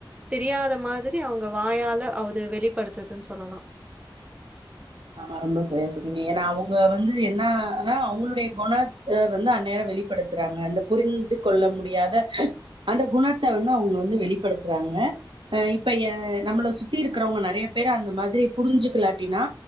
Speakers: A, on the right; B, on the right.
A: தெரியாத மாதிரி அவங்க வாயால அது வெளிப்படு துன்னு சொல்லலாம்
B: ஆமா ரொம்ப சரியா சொன்னீங்க ஏன்னா அவங்க வந்து என்னனா அவங்களுடைய குணத்த வந்து அந்நேரம் வெளிப்படுத்துறாங்க அந்த புரிந்து கொள்ள முடியாத அந்த குணத்த வந்து அவங்க வந்து வெளிப்படுத்துறாங்க அஹ் இப்ப யா நம்மளை சுத்தி இருக்கிறவங்க நிறைய பேரு அந்த மாரி புரிஞ்சுக்கலாட்டினா